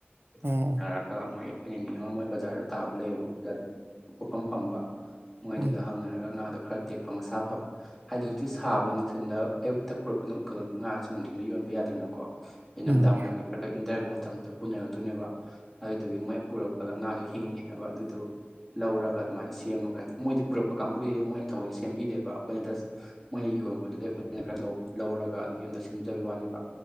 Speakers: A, in the centre; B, on the right.
A: ꯑꯗꯨ
B: ꯎꯝ
A: ꯍꯪꯅꯔꯒ ꯃꯣꯏ ꯄꯩꯅꯅꯦ ꯑꯃ ꯃꯣꯏ ꯕꯖꯥꯔꯗ ꯇꯥꯕ ꯂꯩꯌꯦꯕꯀꯣ ꯑꯣꯖꯥꯗ ꯄꯣꯠꯐꯝ ꯐꯝꯕ ꯃꯣꯏꯗꯨꯗ
B: ꯎꯝ
A: ꯍꯪꯅꯔꯒ ꯉꯥꯗꯣ ꯈꯔ ꯇꯦꯛꯄ ꯃꯁꯥ ꯐꯕ ꯍꯥꯏꯗꯤ ꯍꯧꯖꯤꯛꯇꯤ ꯁꯥꯕꯅꯦ ꯅꯨꯡꯊꯤꯟꯗ ꯑꯌꯨꯛꯇ ꯄꯨꯔꯛꯄ ꯀꯅꯣ ꯉꯥꯁꯦ ꯅꯨꯡꯊꯤꯟꯗ ꯌꯣꯟꯕ ꯌꯥꯗꯦ ꯅꯀꯣ ꯑꯩ
B: ꯎꯝ
A: ꯃꯤꯗꯥꯡ ꯋꯥꯏꯔꯝꯒꯤ ꯈ ꯏꯪꯊꯔꯛꯄ ꯃꯇꯝꯗ ꯄꯨꯅꯔꯛꯇꯣꯏꯅꯦꯕ ꯑꯗꯨꯗꯨꯒꯤ ꯃꯣꯏ ꯄꯨꯔꯛ ꯐꯖ ꯉꯥꯗꯣ ꯍꯤꯡꯉꯦ ꯍꯥꯏꯕ ꯑꯗꯨꯗꯨ ꯂꯧꯔꯒ ꯑꯗꯨꯃꯥꯏꯅ ꯁꯦꯝꯃꯒ ꯍꯥꯏꯗꯤ ꯃꯣꯏꯗꯤ ꯄꯨꯔꯛꯄ ꯀꯥꯡꯕꯨꯁꯤꯗꯤ ꯃꯣꯏꯅ ꯊꯑꯣꯏꯅ ꯁꯦꯝꯕꯤꯗꯦꯕ ꯑꯩꯈꯣꯏꯅ ꯗꯖꯁ ꯃꯣꯏ ꯌꯣꯟꯕꯗꯨꯗꯩ ꯑꯩꯈꯣꯏꯅ ꯈꯔ ꯂꯧ ꯂꯧꯔꯒ ꯑꯗꯨꯝ ꯌꯨꯝꯗ ꯁꯦꯝꯖꯕꯩ ꯋꯥꯅꯦꯕ